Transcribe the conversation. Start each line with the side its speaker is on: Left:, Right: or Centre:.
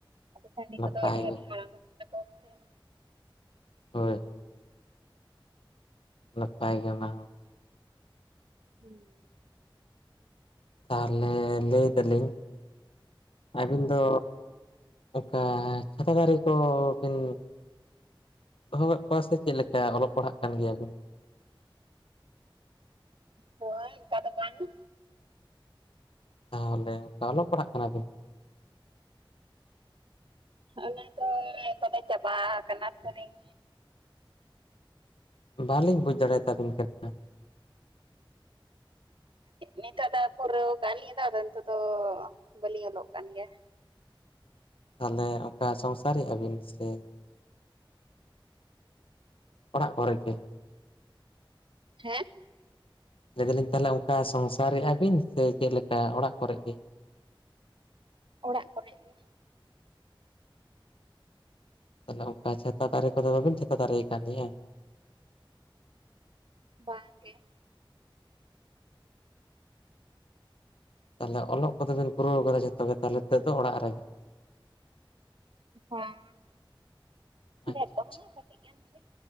Right: ᱦᱟᱹᱱᱰᱤ
Left: ᱱᱟᱯᱟᱭ
Right: ᱠᱚᱫᱚ ᱟᱰᱤ ᱟᱰᱤ
Left: ᱜᱮ
Right: ᱦᱟᱲᱟᱢ ᱟᱠᱚ ᱦᱮᱸ
Left: ᱦᱳᱭ ᱦᱳᱭ ᱱᱟᱯᱟᱭ ᱜᱮ ᱚᱱᱟ ᱦᱚᱸ
Right: ᱦᱮᱸ
Left: ᱛᱟᱦᱚᱞᱮ ᱞᱟᱹᱭ ᱮᱫᱟᱞᱤᱧ ᱟᱹᱵᱤᱱ ᱫᱚ ᱚᱠᱟ ᱪᱷᱟᱛᱟ ᱫᱟᱨᱮ ᱠᱚ ᱵᱤᱱ <inaudible> ᱪᱮᱫᱮᱠᱟ ᱚᱞᱚᱜ ᱯᱟᱲᱦᱟᱜ ᱠᱟᱱ ᱜᱮᱭᱟ ᱵᱤᱱ
Right: ᱦᱚᱭ ᱚᱱᱠᱟ ᱫᱚ ᱵᱟᱝᱼᱟ
Left: ᱛᱟᱦᱚᱞᱮ ᱚᱞᱚᱜ ᱯᱟᱲᱦᱟᱜ ᱠᱟᱱᱟ ᱵᱤᱱ
Right: ᱟᱞᱮ ᱫᱚ ᱫᱟᱫᱟ ᱪᱟᱵᱟ ᱠᱟᱱ ᱛᱟᱞᱤᱧ
Left: ᱵᱟᱞᱤᱧ ᱵᱩᱡᱽ ᱫᱟᱲᱮᱭᱟᱛᱟᱵᱤᱱ ᱠᱟᱱᱟ
Right: ᱱᱤᱛᱚᱜ ᱫᱚ ᱯᱩᱨᱟᱹᱣ ᱠᱟᱜᱟ ᱞᱤᱧ ᱫᱚ ᱟᱫᱚ ᱱᱤᱛᱚᱜ ᱫᱚ ᱵᱟᱹᱞᱤᱧ ᱚᱞᱚᱜ ᱠᱟᱱ ᱜᱮᱭᱟ
Left: ᱛᱟᱦᱚᱞᱮ ᱚᱱᱠᱟ ᱥᱚᱝᱥᱟᱨᱮᱜ ᱟᱵᱤᱱ ᱥᱮ ᱚᱲᱟᱜ ᱠᱚᱨᱮ ᱜᱮ
Right: ᱦᱮᱸ
Left: ᱞᱟᱹᱭ ᱮ ᱫᱟᱞᱤᱧ ᱛᱟᱦᱚᱞᱮ ᱚᱱᱠᱟ ᱥᱚᱝᱥᱟᱨᱮᱫ ᱟᱵᱤᱱ ᱥᱮ ᱪᱮᱫ ᱞᱮᱠᱟ ᱚᱲᱟᱜ ᱠᱚᱨᱮ ᱜᱮ
Right: ᱚᱲᱟᱜ ᱠᱚᱨᱮ ᱜᱮ
Left: ᱛᱟᱦᱚᱞᱮ ᱚᱱᱠᱟ ᱪᱷᱟᱛᱟ ᱛᱟᱨᱤ ᱠᱚᱫᱚ ᱵᱟᱵᱤᱱ ᱪᱷᱟᱛᱟ <inaudible>
Right: ᱵᱟᱝ ᱜᱮ
Left: ᱛᱟᱦᱚᱞᱮ ᱚᱞᱚᱜ ᱠᱚᱫᱚ ᱵᱤᱱ ᱯᱩᱨᱟᱹᱣ ᱠᱟᱫᱟ ᱡᱚᱛᱚ ᱜᱮ ᱛᱟᱦᱚᱞᱮ ᱱᱤᱛᱚᱜ ᱫᱚ ᱚᱲᱟᱜ ᱨᱮᱜᱮ
Right: ᱦᱮᱸ
Left: ᱟᱪᱪᱷᱟ
Right: ᱰᱮᱨ ᱫᱚ
Left: ᱟᱪᱪᱷᱟ
Right: ᱵᱟᱝ ᱠᱟᱹᱴᱤᱡ ᱜᱟᱱ ᱜᱮ